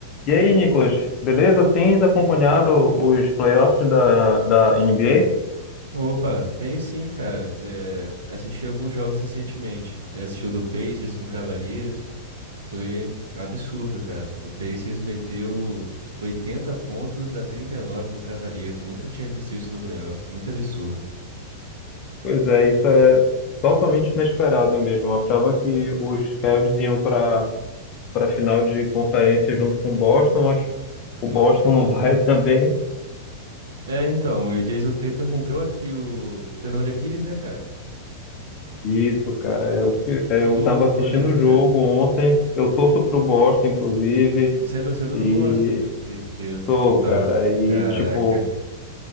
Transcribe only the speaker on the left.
E aí, Nicolas, beleza? Tens acompanhado os playoffs da, da NBA?
Pois é, isso é totalmente inesperado mesmo. Eu achava que os Cavs iam para para final de conferência junto com o Boston, mas o
Boston
não
<laughs> vai também.
Isso, cara, eu, fi- é,
eu
tava assistindo
o
jogo ontem, eu torço pro Boston, inclusive,
e
sou,
cara, e
tipo.